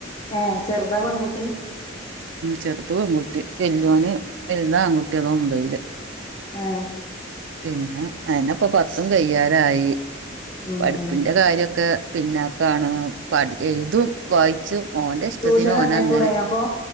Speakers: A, on the left; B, on the right.
A: ഏ ചെറുതാ പെൺകുട്ടി
B: ചേർത് പെൺകുട്ടി വല്ല്യോന് വലുതാങ്കുട്ടി അതൊമ്പൈയില്
A: ഹേ
B: പിന്നെ അയിനപ്പം പത്തും കയ്യാരായി
A: ഉം
B: പഠിപ്പിന്റെ കാര്യൊക്കെ പിന്നാക്കാണ് പഠ് എഴ്തും വായിച്ചും ഓന്റെ ഇഷ്ടത്തിന്
A: ട്യൂഷന്
B: ഓന
A: പറഞ്ഞയച്ചൂടേനോ
B: അങ്ങനെ
A: അപ്പൊ